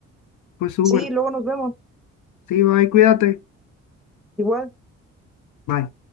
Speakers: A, on the left; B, in the centre.
A: pues Uber,
B: Sí, luego nos vemos.
A: sí, bye, cuídate.
B: Igual.
A: Bye.